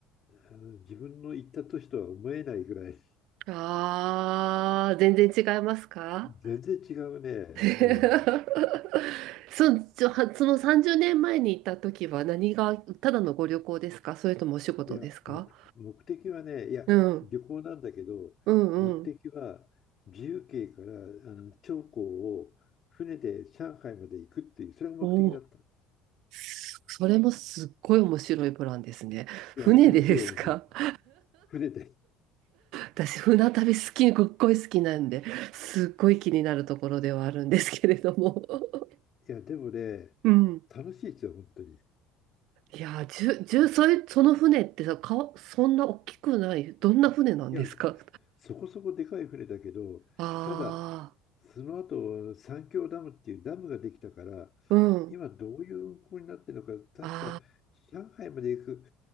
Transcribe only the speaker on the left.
あの、自分の行った年とは思えないぐらい、
全然違うね。
うん。
いや、目、目的はね、いや、
旅行なんだけど、
目的は自由形からあの長江を船で上海まで行くっていう、
それが目的だった。
い
や、
面白い、面白い。
船で。い
や、でもね、
楽しいですよ、本当に。い
や、そこそこでかい船だけど、
ただ、
その後、三峡ダムっていうダムができたから、
今どういう運航になってるのか、確か
上海まで行く